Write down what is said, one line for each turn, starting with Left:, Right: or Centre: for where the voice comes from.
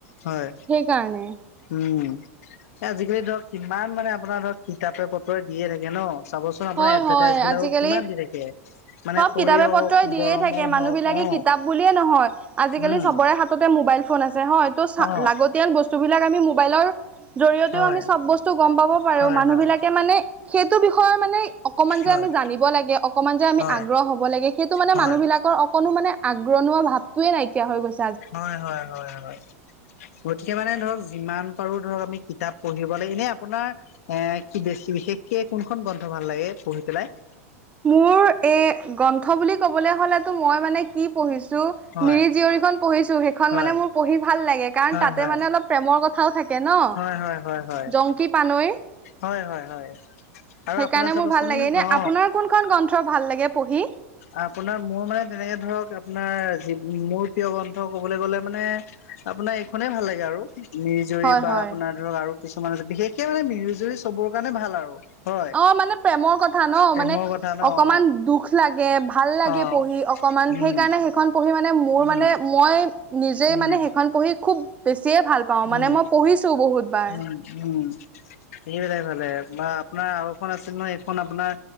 Left: হয়,
Right: সেইকাৰণে।
Left: উম। এ আজিকালি ধৰক কিমান মানে আপোনাৰ ধৰক কিতাপে - পত্ৰয়ে দিয়ে থাকে ন। চাবচোন আপোনাৰ
Right: হয়
Left: এডভাৰটাইজবিলাক
Right: হয় আজিকালি
Left: কিমান দি থাকে মানে
Right: চব
Left: শৰীৰৰ
Right: কিতাপে পত্ৰই
Left: হওক,
Right: দিয়ে
Left: গৰমৰ
Right: থাকে মানুহ
Left: হওক
Right: বিলাকে
Left: অ।
Right: কিতাপ বুলিয়ে নহয় আজিকালি
Left: উম,
Right: চবৰে হা ততে মোবাইল ফোন আছে হয় ত চা
Left: অ',
Right: লাগতিয়াল বস্তুবিলাক আমি মোবাইলৰ জৰিয়তেও
Left: হয়,
Right: আমি চব বস্তু গম পাব পাৰো,
Left: হয়,
Right: মানুহবিলাকে
Left: হয়, হয়,
Right: মানে সেইটো বিষয়ে মানে অকমান যে
Left: হয়,
Right: আমি জানিব লাগে, অকণমান যে আমি
Left: হয়,
Right: আগ্ৰহ হ'ব লাগে সেইটো মানে
Left: হয়,
Right: মানুহবিলাকৰ অকনো মানে আগ্ৰহ নোহোৱা ভাৱটোৱে নাইকিয়া হৈ গৈছ
Left: হয় হয় হয় হয়। গতিকে মানে ধৰক যিমান পাৰো ধৰক আমি কিতাপ পঢ়িব লাগে এনেই আপোনাৰ এ কি বেছি বিশেষকে কোনখন গ্ৰন্থ ভাল লাগে পঢ়ি পেলাই?
Right: মোৰ এ গ্ৰন্থ বুলি ক'বলৈ হলেতো মই মানে কি পঢ়িছো
Left: হয়
Right: মিৰি জীয়ৰীখন পঢ়িছো সেইখন
Left: হয়
Right: মানে মোৰ পঢ়ি ভাল লাগে কাৰণ
Left: হয়
Right: তাতে
Left: হয়
Right: মানে অলপ প্ৰেমৰ কথাও থাকে ন
Left: হয় হয় হয় হয়
Right: জংকী পানৈ
Left: হয় হয় হয় আৰু
Right: সেইকাৰণে
Left: আপোনাৰ
Right: মোৰ
Left: চাবচোন
Right: ভাল লাগে এনে
Left: অ
Right: আপোনাৰ কোনখন গ্ৰন্থ ভাল লাগে পঢ়ি
Left: আপোনাৰ মোৰ মানে তেনেকে ধৰক আপোনাৰ মোৰ প্ৰিয় গ্ৰন্থ ক'বলৈ গ'লে মানে আপোনাৰ এইখনেই ভাল লাগে আৰু মিৰিজিয়ৰি
Right: হয়
Left: বা
Right: হয়
Left: আপোনাৰ ধৰক আৰু কিছুমান আছে বিশেষকে মানে মিৰিজিয়ৰি চবৰ কাৰণে ভাল আৰু হয়
Right: অ মানে প্ৰেমৰ কথা ন
Left: প্ৰেমৰ
Right: মানে
Left: কথা ন
Right: অকমান
Left: অ
Right: দুখ লাগে ভাল লাগে
Left: অ
Right: পঢ়ি অকমান
Left: উম
Right: সেইকাৰণে সেইখন পঢ়ি মানে মোৰ
Left: উম
Right: মানে মই নিজেই
Left: উম
Right: মানে সেইখন পঢ়ি খুব বেছিয়ে ভাল পাওঁ মানে
Left: উম
Right: মই পঢ়িছোঁ বহুতবাৰ
Left: উম, উম সেইবিলাক ভালে বা আপোনাৰ আৰু এখন আছিল নহয় এইখন আপোনাৰ